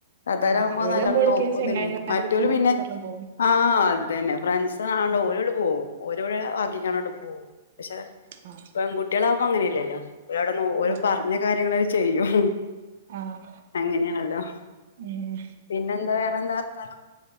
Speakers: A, on the left; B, on the right.
A: താത്താര
B: ആഹ്
A: ആകുമ്പോ
B: ഓലാവുമ്പോ
A: നല്ലോണം
B: എവിടക്കേലും
A: നോക്കുന്നില്ലേ
B: ചെങ്ങായിമാരെടുത്ത്ന്നൊക്കെ
A: മറ്റരു പിന്നെ
B: പറഞ്ഞ് പോവും
A: ആഹ് അതന്നെ ഫ്രണ്ട്സാണോ
B: ആഹ്
A: ഓരങ്ങോട്ട് പോകവും ഓരോടെ വാക്കിക്കാണോണ്ട് പോവും പക്ഷെ
B: ആഹ്
A: പെൺകുട്ടികളാവുമ്പോ അങ്ങനെയല്ലല്ലോ ഓരവിടെ
B: ആഹ്
A: <unintelligible> പറഞ്ഞു പിന്നെ കാര്യങ്ങളൊക്കെ ചെയ്യും
B: ആഹ്
A: അങ്ങനെയാണല്ലോ
B: ഉം
A: പിന്നെന്താ വേറെ എന്താ വർത്താനം